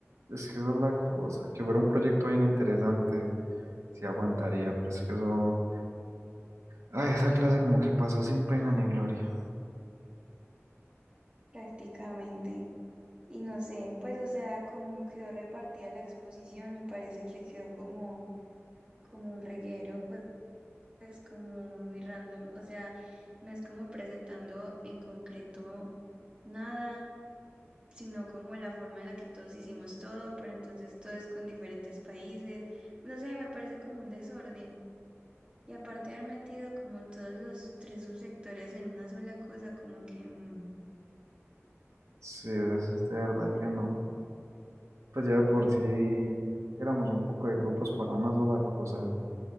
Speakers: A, on the right (about 80°); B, on the right (about 20°).
A: es que esa es la cosa, que fuera un proyecto bien interesante, sí aguantaría, pero es que eso, ay, esa clase como que pasó sin pena ni gloria.
B: prácticamente. Y no sé, pues o sea, como quedó repartida la exposición, me parece que quedó como, como un reguero, pues, pues como muy random. O sea, no es como presentando en concreto nada. sino como la forma en la que todos hicimos todo, pero entonces todo es con diferentes países. No sé, me parece como un desorden. Y aparte de haber metido como todos los tres subsectores en una sola cosa, como que mm,
A: Sí, es de verdad que no. Pues ya de por sí éramos un poco de grupos para una sola cosa.